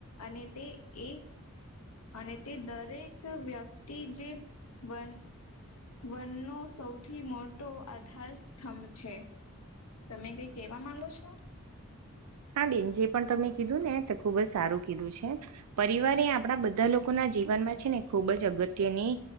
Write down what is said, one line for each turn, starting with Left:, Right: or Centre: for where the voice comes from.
Left: અને તે એ અને તે દરેક વ્યક્તિ જે બન વન નો સૌથી મોટો આધાર સ્તંભ છે, તમે કઈ કેવા માંગો છો.
Right: હા બેન જે પણ તમે કીધું ને ખુબ જ સારું કીધું છે, પરિવાર એ આપણા બધા લોકો ના જીવનમાં છે ને ખુબ જ અગત્યની.